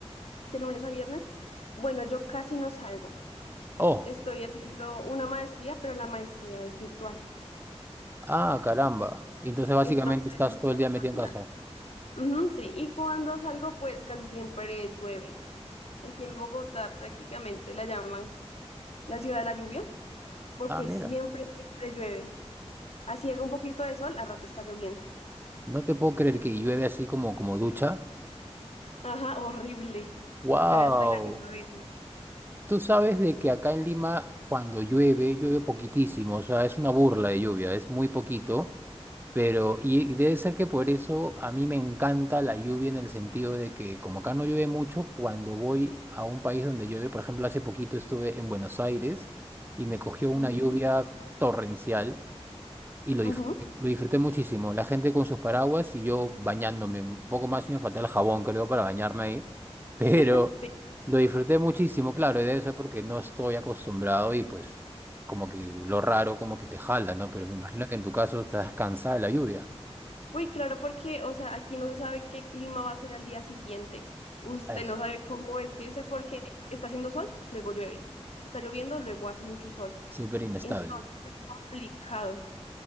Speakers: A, on the left; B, on the right.
A: De lunes a viernes. Bueno, yo casi no salgo.
B: Oh,
A: Estoy haciendo una maestría, pero la maestría es virtual.
B: ah, caramba. Y Entonces básicamente
A: Entonces,
B: estás
A: No
B: todo
A: vemos
B: el día metido en
A: nada.
B: casa.
A: ujú, sí. Y cuando salgo, pues casi siempre llueve. Aquí en Bogotá prácticamente la llaman la ciudad de la lluvia, porque
B: Ah, mira,
A: siempre, siempre llueve. Así haga un poquito de sol, al rato está lloviendo.
B: no te puedo creer que llueve así como, como ducha.
A: Ajá, horrible.
B: Wow.
A: Cae hasta granizo a veces.
B: Tú sabes de que acá en Lima cuando llueve, llueve poquitísimo, o sea, es una burla de lluvia, es muy poquito. Pero, y, debe ser que por eso a mí me encanta la lluvia en el sentido de que como acá no llueve mucho, cuando voy a un país donde llueve, por ejemplo, hace poquito estuve en Buenos Aires y me cogió una
A: Mm,
B: lluvia torrencial y lo, dif-
A: ujú,
B: lo disfruté muchísimo. La gente con sus paraguas y yo bañándome, un poco más y me faltaba el jabón, creo, para bañarme ahí. <laughs> Pero
A: <laughs> sí.
B: lo disfruté muchísimo, claro, y debe ser porque no estoy acostumbrado y pues como que lo raro como que te jala, ¿no? Pero me imagino que en tu caso estás cansada de la lluvia.
A: Uy, claro, porque, o sea, aquí no se sabe qué clima va a ser al día siguiente. Usted
B: Es
A: no sabe cómo vestirse porque está haciendo sol, luego llueve. Está lloviendo, luego hace mucho sol.
B: súper inestable.
A: Entonces es complicado.